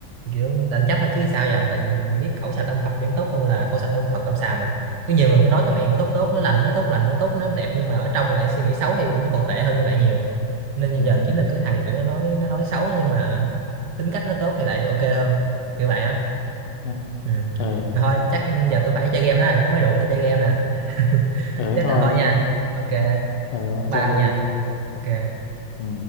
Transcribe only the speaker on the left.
ừ.
Ừ,
ừ
ừ thế
thôi.
Ừ ông chơi
đi.
Ừ.